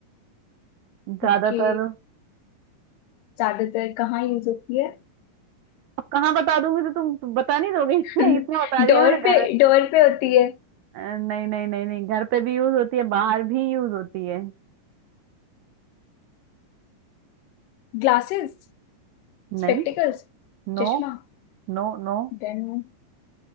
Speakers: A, on the right; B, on the left.
A: ज्यादातर
B: okay ज्यादातर कहाँ यूज होती है
A: अब कहाँ बता दूंगी तो तुम तुम बता नहीं दोगे
B: <laughs>
A: <laughs> इतना बता दिया
B: डोर
A: मैंने
B: पे
A: घर
B: डोर पे होती है
A: अ, नहीं नहीं नहीं नहीं घर पे भी यूज होती है बाहर भी यूज होती है
B: ग्लासेस स्पेक्टिकल्स
A: नहीं No
B: चश्मा
A: no नो
B: देन